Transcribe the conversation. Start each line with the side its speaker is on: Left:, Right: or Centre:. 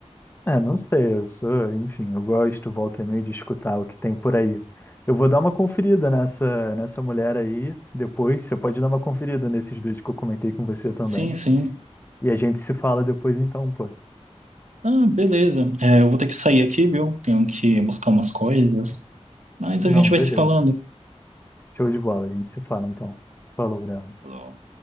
Left: É, não sei, eu sou, enfim, eu gosto, volta e meia, de escutar o que tem por aí. Eu vou dar uma conferida nessa, nessa mulher aí, depois você pode dar uma conferida nesses dois que eu comentei com você também.
Right: Sim, sim.
Left: E a gente se fala depois então, pô.
Right: Ah, beleza. É, eu vou ter que sair aqui, viu? Tenho que buscar umas coisas, mas
Left: Não,
Right: a gente vai
Left: beleza.
Right: se falando.
Left: Show de bola, a gente se fala então. Falou, Graham.
Right: Falou.